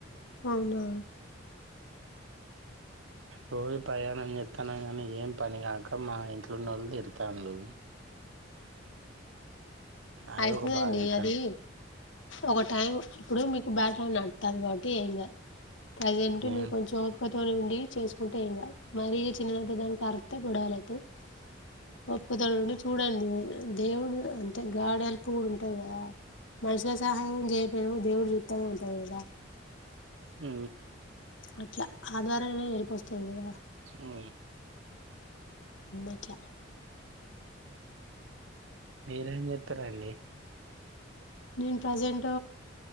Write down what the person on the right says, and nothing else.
రోహ ప్రయాణం చెత్తనా కానీ ఏం పని కాక మా ఇంట్లో నోళ్ళలు తిడ్తన్లు అదే
ఒక బాధ అవుతుంది
ఏం
ఉ
ఉ
మీరు ఎం చేతరండీ